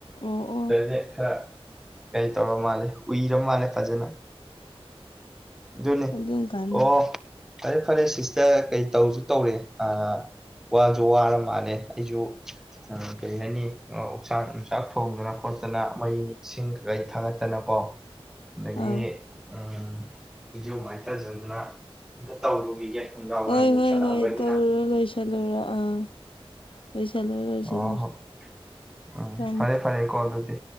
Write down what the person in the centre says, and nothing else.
ꯑꯗꯨꯗ ꯈꯔ ꯀꯩ ꯇꯧꯔꯥ ꯃꯥꯜꯂꯦ ꯎꯏꯔ ꯃꯥꯜꯂꯦ ꯐꯖꯅ ꯗꯨꯅꯦ
ꯑꯣ ꯐꯔꯦ ꯐ ꯐꯔꯦ ꯁꯤꯁꯇꯔ ꯀꯩ ꯇꯧꯖꯨ ꯇꯧꯔꯦ ꯑ ꯋꯥꯖꯨ ꯋꯥꯔ ꯃꯥꯟꯅꯦ ꯑꯩꯖꯨ ꯎ ꯀꯔꯤ ꯍꯥꯏꯅꯤ ꯎꯛꯆꯥꯛ ꯅꯨꯡꯆꯥꯛ ꯊꯣꯡꯗꯅ ꯈꯣꯠꯇꯅ ꯃꯩꯁꯤꯡ ꯀꯩꯀꯩ ꯊꯥꯒꯠꯇꯅꯀꯣ ꯍꯣ ꯗꯒꯤ
ꯑꯝ ꯏꯔꯨ ꯃꯥꯏꯊꯖꯗꯅ ꯑꯝꯇ ꯇꯧꯔꯨꯈꯤꯒꯦ ꯅꯨꯡꯗꯥꯡ
ꯋꯥꯏꯔꯝ ꯌꯧꯁꯜꯂꯛꯑꯕꯅꯤꯅ
ꯑꯣ ꯍꯣ ꯎꯝ
ꯐꯔꯦ ꯐꯔꯦꯀꯣ ꯑꯗꯨꯗꯤ